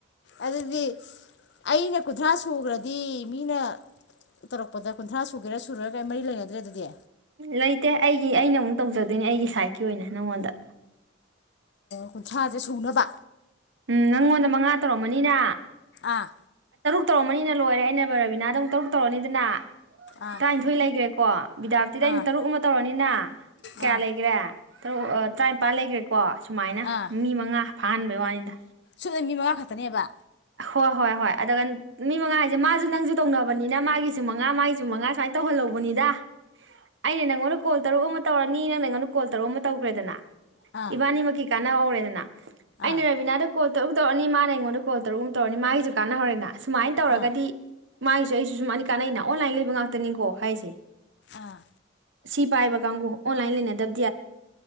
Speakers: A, on the left; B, on the right.
A: ꯑꯗꯨꯗꯤ ꯑꯩꯅ ꯀꯨꯟꯊ꯭ꯔꯥ ꯁꯨꯈ꯭ꯔꯗꯤ ꯃꯤꯅ ꯇꯧꯔꯛꯄꯗ ꯀꯨꯟꯊ꯭ꯔꯥ ꯁꯨꯒꯦꯔꯥ ꯁꯨꯔ ꯀꯔꯤ ꯃꯔꯤ ꯂꯩꯅꯗ꯭ꯔꯦ ꯑꯗꯨꯗꯤ
B: ꯂꯩꯇꯦ ꯑꯩꯒꯤ ꯑꯩꯅ ꯑꯃꯨꯛ ꯇꯧꯖꯗꯣꯏꯅꯦ ꯑꯩꯒꯤ ꯁꯥꯏꯠꯀꯤ ꯑꯣꯏꯅ ꯅꯉꯣꯟꯗ
A: ꯀꯨꯟꯊ꯭ꯔꯥꯁꯦ ꯁꯨꯅꯕ
B: ꯎꯝ ꯅꯪꯉꯣꯟꯗ ꯃꯉꯥ ꯇꯧꯔꯝꯃꯅꯤꯅ
A: ꯑꯥ
B: ꯇꯧꯔꯕꯅꯤꯅ ꯂꯣꯏꯔꯦ ꯑꯩꯅ ꯕꯕꯤꯅꯥꯗ ꯇꯔꯨꯛ ꯇꯧꯔꯅꯤꯗꯅ
A: ꯑꯥ
B: ꯇꯔꯥꯅꯤꯊꯣꯏ ꯂꯩꯈ꯭ꯔꯦ ꯀꯣ ꯕꯤꯗꯥꯞꯇꯤꯗ ꯑꯩꯅ
A: ꯑꯥ
B: ꯇꯔꯨꯛ ꯑꯃꯨꯛ ꯇꯧꯔꯅꯤꯅ ꯀꯌꯥ
A: ꯑꯥ
B: ꯂꯩꯈꯔꯦ ꯇꯔꯨ ꯑꯥ ꯇ꯭ꯔꯥꯏꯝꯄꯥꯥꯟ ꯂꯩꯒ꯭ꯔꯦꯀꯣ꯫ ꯁꯨꯃꯥꯏꯅ
A: ꯑꯥ
B: ꯃꯤ ꯃꯉꯥ ꯐꯍꯥꯟꯕꯩ ꯋꯥꯅꯤꯗ꯫
A: ꯁꯨꯞꯅꯩ ꯃꯤ ꯃꯉꯥ ꯈ ꯇꯅꯦꯕꯥ꯫
B: ꯍꯣꯏ ꯍꯣꯏ ꯍꯣꯏ꯫ ꯑꯗꯨꯒ ꯃꯤ ꯃꯉꯥ ꯍꯥꯏꯖꯦ ꯃꯥ ꯑꯗꯨ ꯅꯪꯁꯨ ꯇꯧꯅꯕꯅꯤꯅ ꯃꯥꯒꯤꯁꯨ ꯃꯉꯥ ꯃꯥꯒꯤꯁꯨ ꯃꯉꯥ ꯁꯨꯃꯥꯏ ꯇꯧꯍꯜꯍꯧꯕꯅꯤꯗ ꯑꯩꯅ ꯅꯪꯉꯣꯟꯗ ꯀꯣꯜ ꯇꯔꯨꯛ ꯑꯃ ꯇꯧꯔꯅꯤ ꯅꯪ ꯅꯉꯣꯟꯗ ꯀꯣꯜ ꯇꯔꯨꯛ ꯑꯃ ꯇꯧꯒ꯭ꯔꯦꯗꯅ
A: ꯑꯥ
B: ꯏꯕꯥꯅꯤꯃꯛꯀꯤ ꯀꯥꯟꯅ ꯍꯧꯔꯦꯗꯅ ꯑꯩꯅ
A: ꯑꯥ
B: ꯔꯕꯤꯅꯥꯗ ꯀꯣꯜ ꯇꯧꯗꯧ ꯑꯅꯤ ꯃꯥꯅ ꯑꯩꯉꯣꯟꯗ ꯀꯣꯜ ꯇꯔꯨꯛ ꯑꯃ ꯇꯧꯔꯅꯤ ꯃꯥꯒꯤꯁꯨ ꯀꯥꯟꯅꯍꯔꯦꯅ ꯑꯁꯨꯃꯥꯏꯅ ꯇꯧꯔꯒꯗꯤ
A: ꯑꯥ
B: ꯃꯥꯏ <unintelligible> ꯀꯥꯟꯅꯩꯅ ꯑꯣꯟꯂꯥꯏꯟ ꯂꯩꯕ ꯉꯥꯛꯇꯅꯤꯀꯣ ꯍꯥꯏꯔꯤꯁꯦ꯫
A: ꯑꯥ꯫
B: ꯁꯤ ꯄꯥꯏꯕ ꯀꯥꯡꯕꯨ ꯑꯣꯟꯂꯥꯏꯟ ꯂꯩꯅꯗꯕ